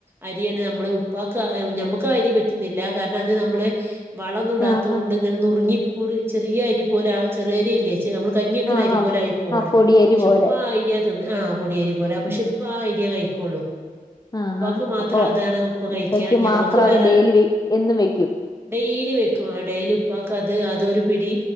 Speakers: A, on the right; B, on the left.
A: അരിയാണ് നമ്മളെ ഉപ്പക്ക് നമ്മക്ക് ആ അരി പറ്റുന്നില്ല കാരണം അത് നമ്മള് വളോന്നു ഇടാത്തോണ്ട്
B: ആഹ്
A: ഇങ്ങനെ നുറുങ്ങി പുറി ചെറിയ അരി പോലെ ആ ചെറിയരില്ലേ നമ്മൾ കഞ്ഞി വെക്കണ
B: ആഹ്
A: അരി
B: ആഹ്
A: പോലെ ആയി പോവാണ്
B: ആഹ് പൊടിയരി
A: ഷുപ്പ
B: പോലെ
A: അരിയ തിന്ന ആ പൊടിയേരി പോലെ പക്ഷെ
B: ഉം
A: ഇപ്പ ആ അരിയ കഴിക്കുള്ളൂ
B: ആഹാ
A: ഉപ്പാക്ക് മാത്രം
B: അപ്പൊ
A: അതാണ് ഉപ്പ കഴിക്ക
B: ഉപ്പയ്ക്ക്
A: ഞമ്മക്ക്
B: മാത്രം
A: വേറെ
B: അത് ഡെയിലി വെ എന്നും വെക്കും
A: ഡെയിലി വെക്കും ആ ഡെയിലി ഉപ്പക്ക് അത് അതൊരു പിടി